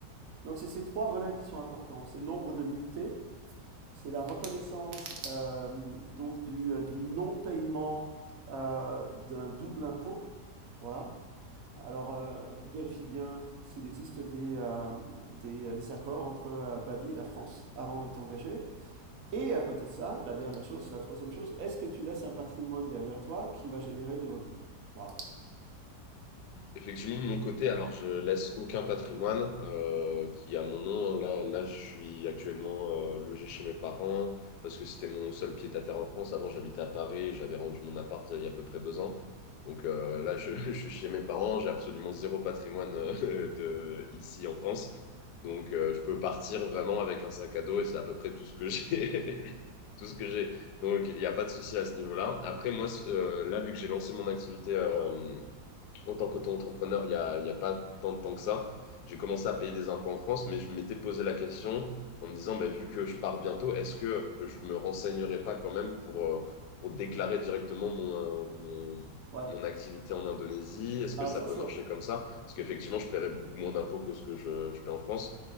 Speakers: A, on the right; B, on the left.
A: Donc, c'est ces trois volets qui sont importants. C'est le nombre de nuitées, c'est la reconnaissance euh, donc du, euh, du non-paiement euh, d'un double impôt. Voilà. Alors, euh, vérifie bien s'il existe des, euh, des, euh, des accords entre euh, Bali et la France avant de t'engager. Et à côté de ça, la dernière chose, la troisième chose, est-ce que tu laisses un patrimoine derrière toi qui va générer des revenus? Voilà.
B: Effectivement, de mon côté, alors je laisse aucun patrimoine euh, qui est à mon nom. Là, là, je suis actuellement euh, logé chez mes parents parce que c'était mon seul pied-à-terre en France. Avant, j'habitais à Paris, j'avais rendu mon appart euh, il y a à peu près deux ans. Donc euh, là, je, <laughs> je suis chez mes parents, j'ai absolument zéro patrimoine euh, <laughs> de, ici en France. Donc euh, je peux partir vraiment avec un sac à dos et c'est à peu près tout ce que j'ai. <laughs> tout ce que j'ai. Donc, il n'y a pas de souci à ce niveau-là. Après, moi, c- euh, là, vu que j'ai lancé mon activité euh, en tant qu'auto-entrepreneur, il n'y a, il y a pas tant de temps que ça. J'ai commencé à payer des impôts en France, mais je m'étais posé la question en me disant, bah, vu que je pars bientôt, est-ce que je me renseignerai pas quand même pour, euh, pour déclarer directement mon, euh, mon,
A: Ouais.
B: mon activité en Indonésie? Est-ce que
A: Alors
B: ça
A: ça
B: peut
A: c'est
B: marcher comme ça? Parce qu'effectivement, je paierais beaucoup moins d'impôts que ce que je, je paie en France.